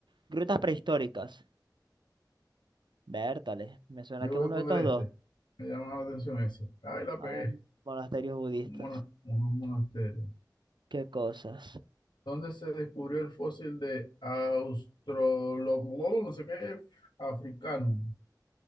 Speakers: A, on the right; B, on the left.
A: grutas prehistóricas. Vértale, me suena
B: Yo
A: que
B: voy
A: es uno
B: a poner
A: de estos
B: este.
A: dos.
B: Me llama la atención ese. ¡Ay, la
A: Ah,
B: pegué!
A: monasterios budistas.
B: Un mona- Unos monasterios.
A: ¿Qué cosas?
B: ¿Dónde se descubrió el fósil de Australopithecus? No sé qué. Africano.